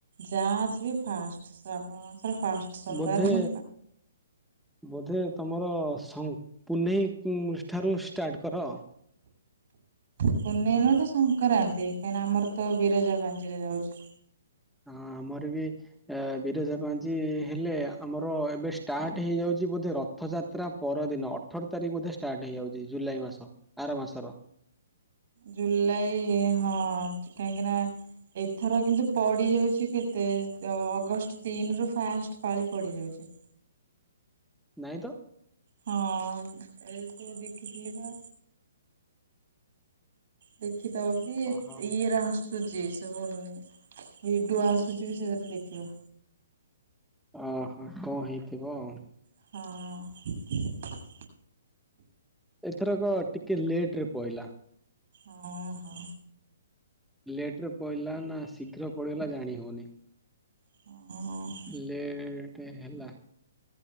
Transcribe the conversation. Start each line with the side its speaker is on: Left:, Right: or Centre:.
Right: ଯାହା ଅଛିବି ଫାଷ୍ଟ ଶ୍ରାବଣ ମାସରେ ଫାଷ୍ଟ ସୋମବାର
Centre: ବୋଧେ
Right: ହିଁ
Centre: ବୋଧେ ତମର ସଙ୍ଗ ପୁନେଇ ଠାରୁ ଷ୍ଟାର୍ଟ କର
Right: ପୁନେଇ ନୁହଁ ତ ସଂକ୍ରାନ୍ତି କାହିଁକି ଆମର ତ ବିରଜା ପାାଞ୍ଜି ରେ ଯାଉଛି।
Centre: ହଁ, ଆମର ବି ଏ ବିରଜା ପାଞ୍ଜି ହେଲେ ଆମର ଏବେ ଷ୍ଟାର୍ଟ ହେଇଯାଉଛି ବୋଧେ ରଥଯାତ୍ରା ପରଦିନ ଅଠର ତାରିଖ ବୋଧେ ଷ୍ଟାର୍ଟ ହେଇଯାଉଛି ଜୁଲାଇ ମାସ ଆର ମାସର।
Right: ଜୁଲାଇ ହଁ କାହିଁକି ନା ଏଥର କିନ୍ତୁ ପଡିଯାଉଛି କେତେ ଅଗଷ୍ଟ ତିନି ରୁ ଫାଷ୍ଟ ପାଳି ପଡିଯାଉଛି।
Centre: ନାଇଁ ତ।
Right: ହଁ ଏ ସବୁ ଦେଖିଥିଲି ପା। ଦେଖି ତ ବି
Centre: ଓହୋ
Right: ଇଏ ରସ ସୁଚି ସବୁ ଭିଡିଓ ଆସୁଛି ବି ସେଥିରେ ଦେଖିବ।
Centre: ଅହ, କଣ ହେଇଥିବ ଆଉ।
Right: ହଁ।
Centre: ଏଥରକ ଟିକେ ଲେଟ ରେ ପଇଲା।
Right: ଅହଁ।
Centre: ଲେଟରେ ପଇଲା ନା ଶୀଘ୍ର ପଡ଼ିଗଲା ଜାଣି ହେଉନି।
Right: ହଁ।
Centre: ଲେଟେ ହେଲା।